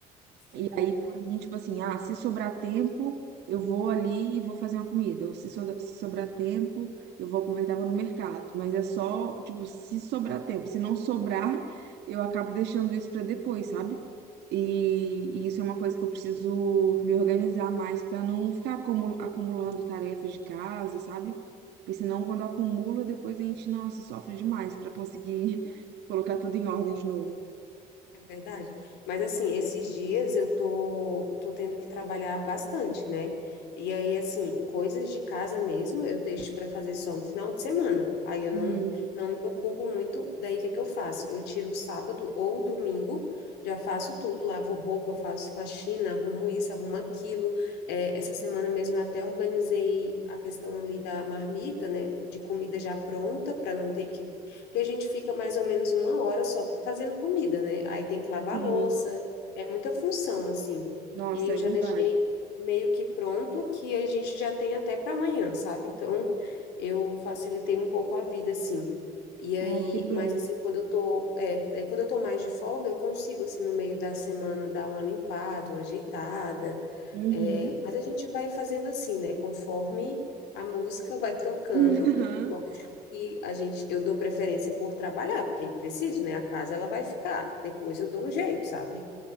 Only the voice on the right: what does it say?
E aí, pra mim, tipo assim, ah, se sobrar tempo, eu vou ali e vou fazer uma comida. Ou se sobra- se sobrar tempo, eu vou aproveitar e vou no mercado. Mas é só, tipo, se sobrar tempo. Se não sobrar, eu acabo deixando isso pra depois, sabe? E, e isso é uma coisa que eu preciso me organizar mais pra não ficar acumul- acumulando tarefas de casa, sabe? Porque senão, quando acumula, depois a gente, nossa, sofre demais pra conseguir <laughs> colocar tudo em ordem de novo.
Hum,
sim.
Nossa,
é
verdade.
Ai, que bom.
Uhum.
<laughs>